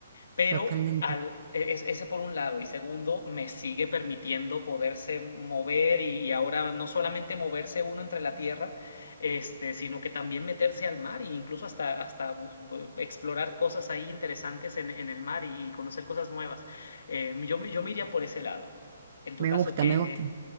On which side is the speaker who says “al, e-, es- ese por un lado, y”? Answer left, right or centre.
Left